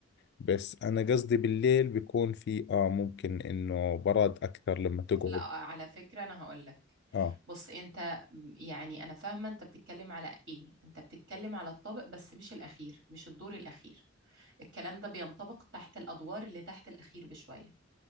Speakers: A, on the left; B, on the right.
A: بس أنا قصدي بالليل بيكون في آه ممكن إنه برد أكثر لما تقعد
B: لا على فكرة انا هقولك
A: آه
B: بص انت م- يعني انا فاهمة انت بتتكلم على ايه انت بتتكلم على الطابق بس مش الاخير مش الدور الاخير الكلام ده بينطبق تحت الادوار اللي تحت الاخير بشوية